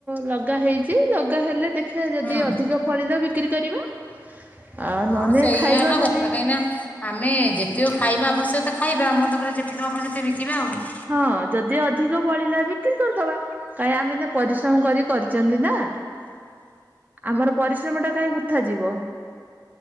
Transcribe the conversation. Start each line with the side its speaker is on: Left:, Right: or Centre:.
Right: ଲଗା ହେଇଚି ଲଗା ହେଲେ ଦେଖା ଖିଆ ଯଦି
Left: ହୁଁ।
Right: ଅଧିକ ଫଳିଲା ବିକ୍ରି କରିବା। ଆଉ
Left: ହଁ
Right: ନହେଲେ
Left: ସେଇ
Right: ଖାଇବା
Left: ହେଲା
Right: ଖାଲି
Left: କଥା, କାହିଁକି ନା? ଆମେ ଯେତିକି ଖାଇବା ଆବଶ୍ୟକତା ଖାଇବା, ଆମ ତାପରେ ଯେତିକି ହବ ସେତେ ବିକିବା ଆଉ।
Right: ହଁ, ଯଦି ଅଧିକ ବଳିଲା ବିକ୍ରି କରିଦବା। କାଇହିଁ ଆମନା ପରିଶ୍ରମ କରି କରିଛନ୍ତି ନା। ଆମର ପରିଶ୍ରମ ଟା କାଇଁ ବୃଥା ଯିବ।